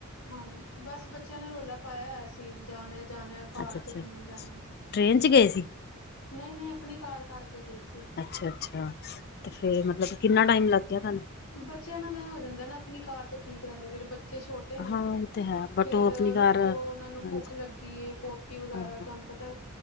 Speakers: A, on the left; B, on the left.
A: ਹਾਂ ਬਸ ਬੱਚਿਆਂ ਨੇ ਰੌਲਾ ਪਾਇਆ ਹੋਇਆ ਸੀ, ਜਾਣਾ-ਜਾਣਾ ਪਹਾੜ
B: ਅੱਛਾ-ਅੱਛਾ
A: 'ਚ ਘੁੰਮਣ ਜਾਣਾ।
B: ਟ੍ਰੇਨ 'ਚ ਗਏ ਸੀ।
A: ਨਹੀਂ-ਨਹੀਂ ਆਪਣੀ ਕਾਰ ਕਰਕੇ। ਗਏ ਸੀ
B: ਅੱਛਾ-ਅੱਛਾ ਤੇ ਫੇਰ ਮਤਲਬ ਕਿੰਨਾ ਟਾਈਮ ਲੱਗ ਗਿਆ ਤੁਹਾਨੂੰ?
A: ਬੱਚਿਆਂ ਨਾਲ ਐ ਹੋ ਜਾਂਦਾ ਨਾ ਆਪਣੀ ਕਾਰ ਤੇ ਠੀਕ ਰਹਿੰਦਾ ਫਿਰ ਬੱ ਬੱਚੇ ਛੋਟੇ ਨੇ,
B: ਹਾਂ ਉਹ ਤੇ ਹੈ ਬਟ
A: ਫੇਰ
B: ਉਹ ਆਪਣੀ ਕਾਰ
A: ਰੁਕੋ,
B: ਹਾਂਜੀ
A: ਉਹਨਾ ਨੂੰ ਭੁੱਖ ਲੱਗੀ ਏ ਪ। ਟੀ ਵਗੈਰਾ
B: ਹਾਂ-ਹਾਂ।
A: ਤੁਹਾਨੂੰ ਪਤਾ ਐ।